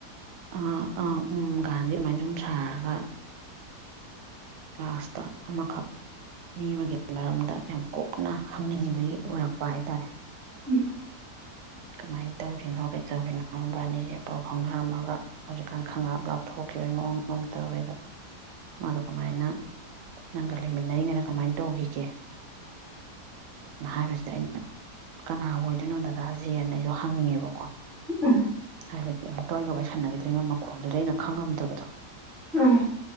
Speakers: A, on the right; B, in the centre.
A: ꯑꯥ ꯑꯥ ꯎꯝ ꯒꯥꯟꯗꯤ ꯑꯃꯥꯏ ꯁꯨꯝ ꯁꯥꯔꯒ ꯂꯥꯁꯇ ꯑꯃꯈꯛ ꯃꯤ ꯑꯃꯒꯤ ꯃꯔꯝꯗ ꯌꯥꯝ ꯀꯨꯞꯅ ꯍꯪꯅꯤꯡꯕꯒꯤ ꯑꯣꯏꯔꯛꯄ ꯍꯥꯏꯇꯥꯔꯦ
B: ꯎꯝ
A: ꯀꯃꯥꯏꯟ ꯇꯧꯔꯤꯅꯣ ꯀꯩꯗꯧꯔꯤꯅꯣ ꯃꯕꯥꯅꯤꯖꯦ ꯄꯥꯎ ꯐꯥꯎꯅꯝꯃꯒ ꯍꯧꯖꯤꯛꯀꯥꯟ ꯈꯪꯂꯥꯞ ꯂꯥꯞꯊꯣꯛꯈꯤꯕꯩ ꯃꯑꯣꯡ ꯑꯃ ꯇꯧꯋꯦ ꯑꯗꯨ ꯃꯥꯗꯣ ꯀꯃꯥꯏꯅ ꯅꯪꯒ ꯂꯩꯃꯤꯟꯅꯔꯤꯉꯩꯗ ꯀꯃꯥꯏꯟ ꯇꯧꯒꯤꯒꯦ ꯅ ꯍꯥꯏꯕꯁꯤꯗ ꯑꯩꯅ ꯀꯅꯥ ꯑꯣꯏꯗꯣꯏꯅꯣ ꯗꯗꯥꯖꯦ ꯑꯅ ꯑꯩꯖꯨ ꯍꯪꯉꯦꯕꯀꯣ
B: ꯎꯝ
A: ꯍꯥꯏꯕꯗꯤ ꯌꯥꯝ ꯇꯣꯏꯅ ꯋꯥꯔꯤ ꯁꯥꯟꯅꯒꯤꯗ꯭ꯔꯤꯝꯅꯤꯅ ꯃꯈꯣꯟꯗꯨꯗꯤ ꯑꯩꯅ ꯈꯪ ꯉꯝꯗꯕꯗꯣ
B: ꯎꯝ